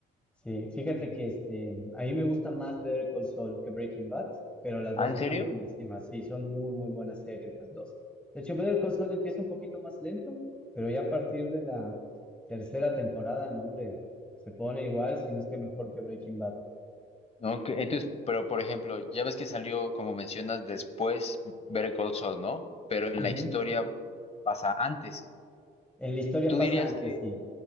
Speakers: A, in the centre; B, on the left.
A: Sí, fíjate que este, a mí me gusta más Better Call Saul que Breaking Bad, pero las
B: Ah,
A: dos
B: ¿en
A: están
B: serio?
A: buenísimas. Sí, son muy, muy buenas series las dos. De hecho, Better Call Saul empieza un poquito más lento, pero ya a partir de la tercera temporada, no, hombre, se pone igual, si no es que mejor que Breaking Bad.
B: No, que- Entonces, pero por ejemplo, ya ves que salió, como mencionas, después Better Call Saul, ¿no? Pero en
A: Ujú.
B: la historia pasa antes.
A: En la historia
B: ¿Tú
A: pasa
B: dirías
A: antes,
B: que,
A: sí.